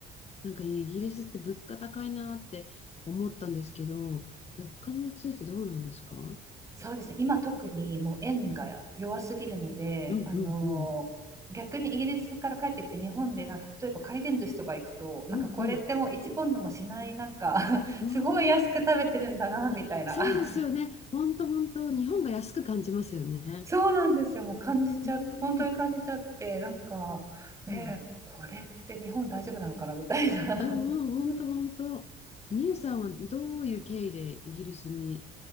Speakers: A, on the left; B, on the right.
A: なんかイギリスって物価高いなって思ったんですけど、物価についてどうなんですかうん
B: そうですね、今特にもう円が弱すぎるので、
A: うんうん。
B: あのー逆にイギリスから帰ってきて日本でなんか例えば回転寿司とか行くとなんかこれってもう1ポンドもしないなんか
A: うんう
B: <laughs>
A: ん。
B: すごい安く食べてるんだなみたいな
A: ああ、そうですよね。本当本当、日本が安く感じますよね。
B: そうなんですよもう感じちゃ本当に感じちゃってなんかねこれって日本大丈夫なのかなみたいな
A: うーん。うんうんうん、
B: <laughs>
A: 本当本当。みゆさんはどういう経緯でイギリスに